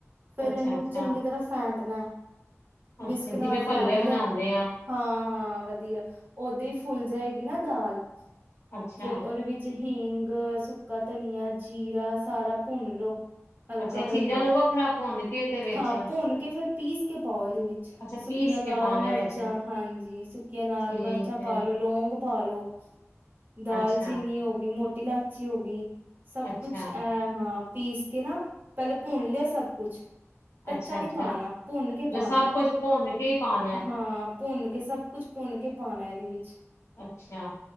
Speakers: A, on the right; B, on the left.
A: ਫੇਰ
B: ਅੱਛਾ
A: ਇਹਨੂੰ
B: ਅੱਛਾ
A: ਚੰਗੀ ਤਰ੍ਹਾਂ ਫੈਂਟ। ਕੱਟਣਾ।
B: ਅੱਛਾ
A: ਵਿਸਕ ਨਾਲ
B: ਜਿਵੇਂ
A: ਫੈਂਟ
B: ਭੱਲੇ
A: ਲਿਆ
B: ਬਣਾਉਂਦੇ ਆ
A: ਹਾ-ਹਾਂ ਵਧੀਆ ਓਦੇ। ਫੁੱਲ ਜਾਏਗੀ ਨਾ ਦਾਲ।
B: ਅੱਛਾ
A: ਫੇਰ ਉਹਦੇ ਵਿੱਚ ਹਿੰਗ, ਸੁੱਕਾ ਧਨੀਆ, ਜੀਰਾ, ਸਾਰਾ। ਭੁੰਨ ਲਓ। ਹਲਕਾ
B: ਅੱਛਾ ਇਹ
A: -ਹਲਕਾ
B: ਚੀਜ਼ਾਂ ਨੂੰ ਵੱਖਰਾ ਭੁੰਨ ਕੇ ਤੇ ਵਿੱਚ
A: ਹਾਂ ਭੁੰਨ ਕੇ ਫੇਰ ਪੀਸ ਕੇ ਪਾਓ ਇਹਦੇ ਵਿੱਚ
B: ਅੱਛਾ
A: ਸੁੱਕੀਆਂ
B: ਪੀਸ
A: ਲਾਲ
B: ਕੇ ਪਾਉਣਾ
A: ਮਿਰਚਾਂ
B: ਵਿੱਚ
A: ਹਾਂਜੀ ਸੁੱਕੀਆਂ ਲਾਲ
B: ਠੀਕ
A: ਮਿਰਚਾਂ
B: ਹੈ
A: ਪਾ ਲਓ ਲੌਂਗ। ਪਾਲੋ। ਦਾਲਚੀਨੀ
B: ਅੱਛਾ
A: ਹੋ ਗਈ ਮੋਟੀ। ਮੋਟੀ ਲਾਚੀ ਹੋ ਗਈ। ਸਭ
B: ਅੱਛਾ
A: ਕੁਛ ਐ ਹਾਂ। ਪੀਸ ਕੇ ਨਾ ਪਹਿਲੇ ਭੁੰਨ ਲਿਆ ਸਭ ਕੁਛ। ਕੱਚਾ
B: ਅੱਛਾ
A: ਨੀ
B: ਅੱਛਾ
A: ਪਾਣਾ ਭੁੰਨ ਕੇ
B: ਮਤਲਬ
A: ਪਾਉਣਾ
B: ਸਭ ਕੁੱਝ ਭੁੰਨ ਕੇ ਹੀ ਪਾਉਣਾ ਹੈ
A: ਹਾਂ ਭੁੰਨ ਕੇ ਸਭ ਕੁਛ ਭੁੰਨ ਕੇ ਪਾਣਾ ਇਹਦੇ ਵਿੱਚ।
B: ਅੱਛਾ